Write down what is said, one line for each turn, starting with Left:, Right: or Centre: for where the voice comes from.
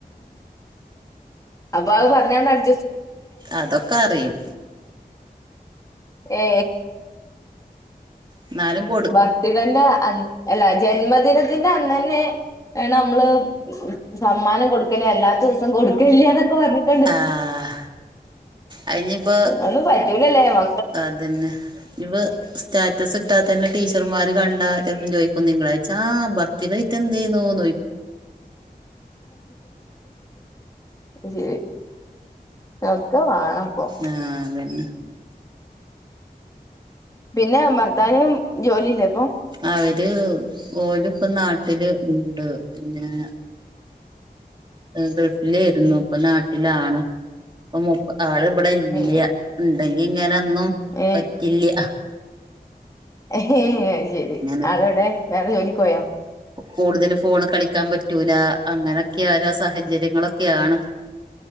Left: അപ്പൊ അത് പറഞ്ഞണ്ട് അഡ്
Right: അതൊക്കെ അറിയും
Left: ഏ
Right: എന്നാലും കൊടു
Left: വ തികൻ്റെ അ അല്ല ജന്മദിനത്തിന്റെ അന്നന്നെ ആണ് നമ്മള് സമ്മാനം കൊടുക്കണേ അല്ലാത്ത ദിവസം കൊടുക്കല്ല എന്നൊക്കെ പറഞ്ഞിട്ടണ്ട്
Right: ആഹ് അയിനിപ്പോ
Left: ഒന്നും പറ്റൂലല്ലേ ന
Right: അതന്നെ ഇവ സ്റ്റാറ്റസ് ഇട്ടാ തന്നെ ടീ ചർമാര് കണ്ടാ ചെറപ്പ ചോദിക്കുന്നു തിങ്കളായിച്ച ബർത്തിഡേ ആയിട്ട് എന്ത് ആയിന്നു ചോയി
Left: അശേരി ഒക്കെ വേണം ഇപ്പൊ
Right: ആ അതന്നെ
Left: പിന്നെ ഭർത്താനും ജോലിയില്ലേ ഇപ്പൊ
Right: അവര് ഓല് ഇപ്പൊ നാട്ടില് ഉണ്ട് പിന്നെ ഗൾഫിലായിരുന്നു ഇപ്പൊ നാട്ടിലാണ് അപ്പൊ മുപ്പ ആള് ഇവിടെ ഇല്ല
Left: ഏ
Right: ഉണ്ടെങ്കി ഇങ്ങനെ ഒന്നും
Left: ഏ
Right: പറ്റില്ല്യ
Left: ഏ അശരി
Right: അങ്ങനെ
Left: ആൾവിടെ വേറെ ജോലിക്ക് പോയോ
Right: കൂടുതൽ ഫോണ് കളിക്കാൻ പറ്റൂല അങ്ങനൊക്കെ ഓരോ സാഹചര്യങ്ങളൊക്കെയാണ്